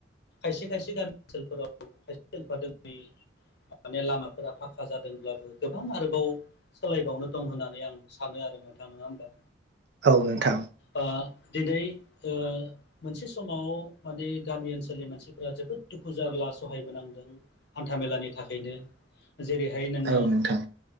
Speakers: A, on the left; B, on the right.
A: खायसे खायसे गामि ओनसोलफोराव खायसे <unintelligible> माने लामाफोरा फाखा जादोंब्लाबो गोबां आरोबाव सोलायबावनो दं होननानै आं सानो आरो नोंथां नङा होमबा।
B: औ नोंथां।
A: ओ दिनै ओ मोनसे समाव माने गामि ओनसोलाव मानसिफोरा जोबोद दुखु जारला सहायबोनांदों हान्था मेलानि थाखाय थाखायनो जेरैहाय नोङो
B: औ नोंथां